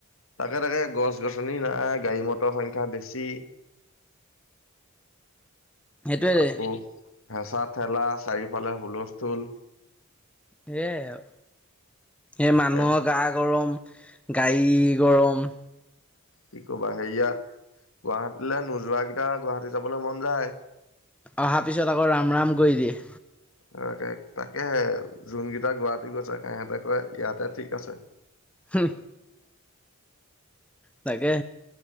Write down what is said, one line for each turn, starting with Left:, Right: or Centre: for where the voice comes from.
Left: তাকে তাকে গছ গছনি নাই গাড়ী মটৰৰ সংখ্যা বেছি
Centre: সেইটোৱে
Left: আকৌ হেঁচা ঠেলা, চাৰিওফালে হুলস্থুল
Centre: সেয়াই আৰু, এ
Left: তাকে
Centre: মানুহৰ গা গৰম গাড়ীৰ গৰম
Left: কি কবা, হেৰিয়া, গুৱাহাটীলে নোযোৱাকেইটা গুৱাহাটী যাবলৈ মন যায়।
Centre: অহাৰ পিছত আকৌ ৰামৰাম কৰি দিয়ে।
Left: ত-তাকেহে জোনকেইটা গুৱাহাটী গৈছে, সিহঁতে কয় ইয়াতে ঠিক আছে।
Centre: হূহ। তাকে।